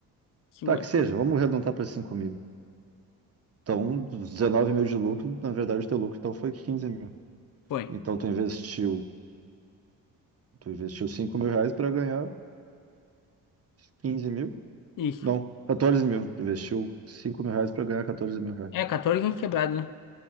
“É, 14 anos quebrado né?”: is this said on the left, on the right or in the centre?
Left